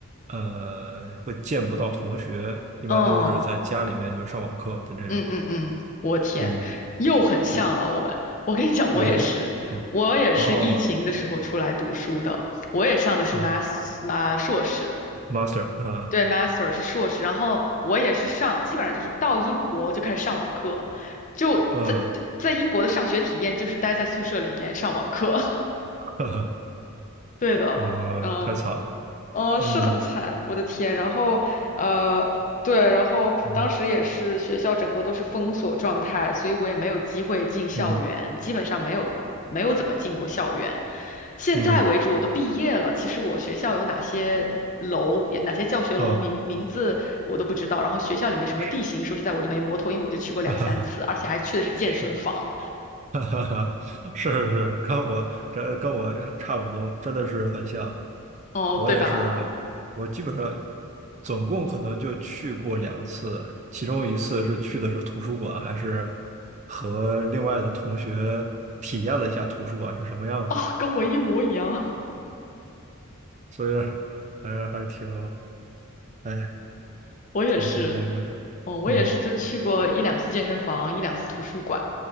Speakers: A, on the right; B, on the left.
A: 呃会见不到同学，一般都是在家里面就上网课的这种，
B: 嗯嗯嗯嗯，我天，
A: 嗯，
B: 又很像了。
A: 对，
B: 我们，我跟你讲，
A: 又一下哦哦
B: 我也是，我也是疫情的时候出来读书的，我也上的是
A: 哦
B: mas 啊、硕士，
A: ，master，嗯
B: 对，master 是硕士，然后我也是上，基本上就是到英国就开始上网课，就在在英国的上学体验就是待在宿舍里面上网课，
A: 嗯，<laughs> 呵呵，
B: <laughs> 对的，
A: 哦，
B: 嗯。
A: 太惨了，
B: 嗯，呃是很惨，
A: 嗯
B: 我的天。然后，呃，对，然后当时也是学校整个都是封锁状态，
A: 嗯。
B: 所以我也没有机会进校园，
A: 嗯
B: 基本上没有没有怎么进过校园。现在为止，
A: 嗯
B: 我都毕业了，其实我学校有哪些楼，也哪些教学楼名名字我都不知道。
A: 呃
B: 然后学校里面什么地形，
A: 是，
B: 说实在我都没摸透，因为我就去过两三次，
A: <laughs> 哈哈哈，
B: 而且还去的是健身房，
A: 是，<laughs> 哈哈哈，是是是，跟我这跟我差不多，真的是很像。
B: 哦，
A: 我也是，
B: 对吧？
A: 我基本上总共可能就去过两次，其中一次是去的是图书馆，还是和另外的同学体验了一下图书馆是什么样子的，
B: 哦，跟我一模一样。
A: 所以还还挺，哎，
B: 我也是，
A: 挺挺那个的，
B: 哦，我也是就去过一两次健身房，
A: 嗯
B: 一两次图书馆，